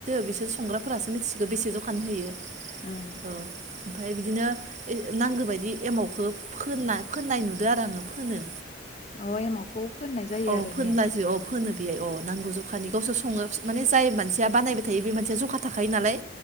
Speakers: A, on the right (about 40°); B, on the left (about 35°).
A: बिसोर संग्राफोरासो मिथिसिगौ बेसे जखा फानहैयो।
B: ओं
A: ओमफ्राय बिदिनो। नांगौ बायदि एमावखौ फोन-फोननाय नुदों आरो आंङो फोनो।
B: अ एमावखौ फोननाय जायो
A: औ
B: आरो
A: फोनलाजो
B: ने।
A: औ फोनो बेवहाय अ। नांगौ जखानि गावसोर सङो माने जाय मानसिया बानायबाय थायो बे मानसिया जखा थाखायो नालाय